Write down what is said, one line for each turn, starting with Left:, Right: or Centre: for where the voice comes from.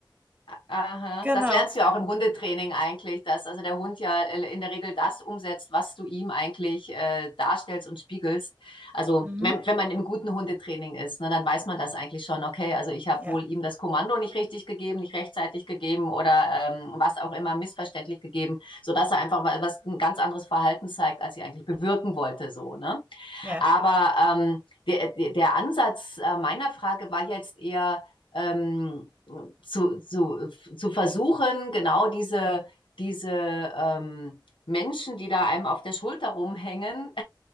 Left: Aha.
Right: Genau.
Left: Das lernst du ja auch im Hundetraining eigentlich, dass also der Hund ja in der Regel das umsetzt, was du ihm eigentlich äh, darstellst und spiegelst. Also
Right: Mhm.
Left: wenn, wenn man im guten Hundetraining ist, ne, dann weiß man das eigentlich schon, okay, also ich habe
Right: Ja,
Left: wohl ihm das Kommando nicht richtig gegeben, nicht rechtzeitig gegeben oder ähm, was auch immer missverständlich gegeben, sodass er einfach was ein ganz anderes Verhalten zeigt, als ich eigentlich bewirken wollte, so, ne?
Right: ja.
Left: Aber ähm, der, der Ansatz äh, meiner Frage war jetzt eher ähm, zu, zu, zu versuchen, genau diese, diese ähm, Menschen, die da einem auf der Schulter rumhängen